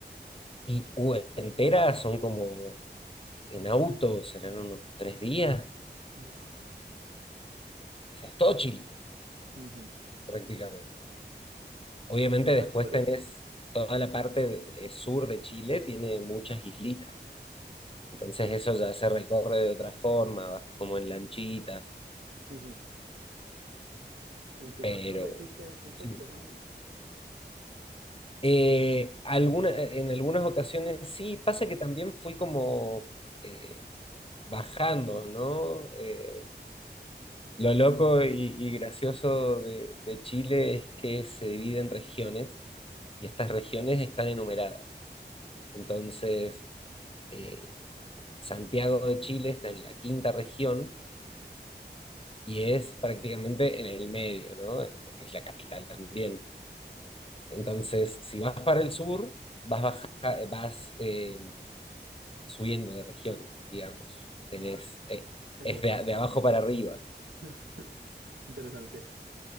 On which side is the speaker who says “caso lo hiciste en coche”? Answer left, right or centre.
Right